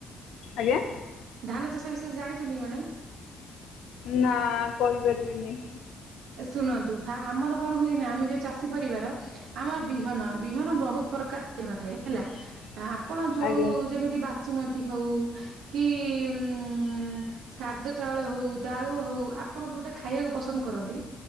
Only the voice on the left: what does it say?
ଆଜ୍ଞା?
ନା କହିପାରିବିନି।
<inaudible>
ଆଜ୍ଞା